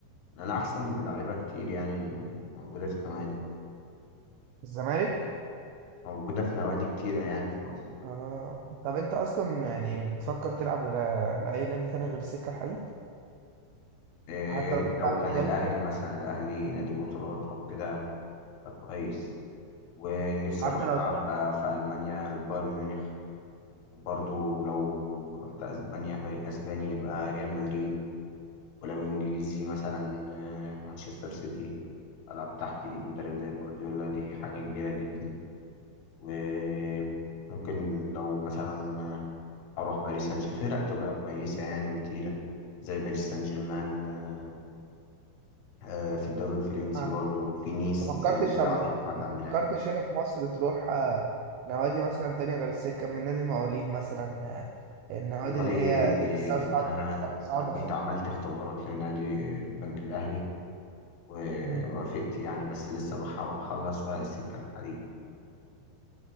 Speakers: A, on the left; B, on the right.
A: أنا أحسن من لعيبة كتير يعني موجودة في نوادي
B: الزمالك
A: موجودة في نوادي كتيرة يعني في مصر
B: آه. طب انت اصلا يعني بتفكر تلعب ل- لاي نادي تاني غير السكة الحديد
A: إيه،
B: حتى
A: يا ريت
B: لو بتلعب
A: لو كان
B: احتياطي
A: الأهلي
B: كده
A: مثلا الأهلي نادي بطولات أو كده فكويس ونفسي
B: حتى
A: أروح
B: لو
A: ألعب بقى في ألمانيا البايرن ميونخ وبرضه لو رحت أسبانيا فريق أسباني يبقى ريال مدريد ولو إنجليزي مثلا آه، مانشستر سيتي ألعب تحت إيد مدرب زي جوارديولا دي حاجة كبيرة جدا وممكن لو مثلا أروح باريس سان جيرمان فرق تبقى كويسة يعني وتقيلة زي باريس سان جيرمان آه، آه، في الدوري الفرنسي
B: آه.
A: برضو في نيس
B: ما
A: زي
B: فكرتش
A: اللي بيلعب
B: طب
A: في محمد
B: ما
A: عبد المنعم
B: فكرتش هنا في مصر تروح آه، نوادي مثلا تانية غير السكة من نادي المقاولين مثلا آه، النوادي
A: والله
B: اللي هي تحسها
A: آه،
B: صعب
A: أنا
B: صعبة
A: أنا كنت
B: شوية
A: عملت اختبارات لنادي البنك الأهلي ووافقت
B: مم.
A: يعني بس لسه بح- بخلص ورق السكة الحديد